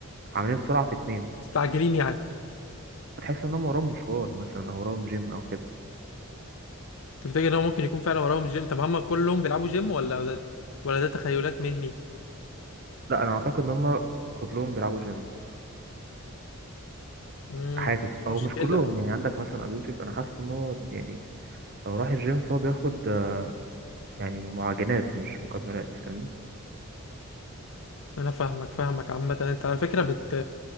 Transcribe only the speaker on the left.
مستعجلين يعني
تفتكر ان هو ممكن يكون فعلا وراهم جيم طب هم كلهم بيلعبوا جيم ولا ده ولا ده تخيلات مني
امم
دي مشكلة
انا فاهمك فاهمك عامة انت على فكرة بت